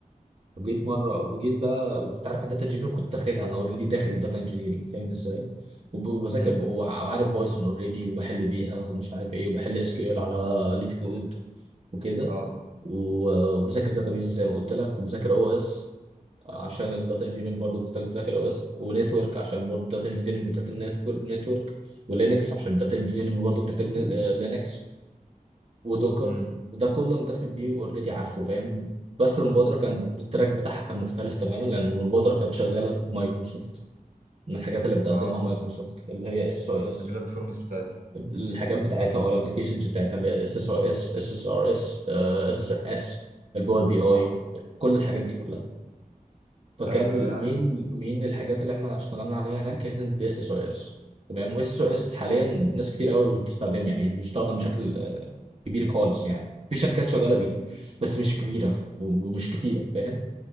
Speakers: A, on the right; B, on the right.
A: وجيت مره وجيت بقى وكنت عارف ان داتا انجينير كنت داخلها انا اوريدي داخل داتا انجينيرنج فاهم ازاي وب- وبذاكر
B: امم
A: ب- وع- وعارف بايثون اوريدي وبحل بيها ومش عارف ايه وبحل اس كيو ال على ليت كود وكده
B: اه
A: وبذاكر داتابيز زي ما قلت لك وبذاكر او اس عشان الداتا انجينيرنج برضه بتذاكر او اس ونتورك عشان برضه الداتا انجينيرنج بتحتاج نتورك نتورك ولينكس عشان الداتا انجينيرنج برضه بتحتاج لينكس ودوكر
B: امم
A: ده كله انا داخل بيه اوريدي عارفه فاهم بس المبادره كان التراك بتاعها كان مختلف تماما لان المبادره كانت شغاله بمايكروسوفت من الحاجات اللي بتقدمها
B: اه
A: مايكروسوفت اللي هي اس او اس
B: البلاتفورمز بتاعتي
A: الحاجات بتاعتها او الابلكيشنز بتاعتها اللي هي اس اس او اس اس اس ار اس اس اس ام اس الباور بي اي
B: اه
A: كل الحاجات دي كلها فكان
B: ايوه أيوة، يعني
A: مين مين للحاجات اللي احنا اشتغلنا عليها هناك كانت باس اس او اس تمام واس اس او اس حاليا ناس كتير قوي مش بتستخدمه يعني مش بيستخدم بشكل آه، كبير خالص يعني في شركات شغاله بيه بس مش كبيره و- ومش كتيره فاهم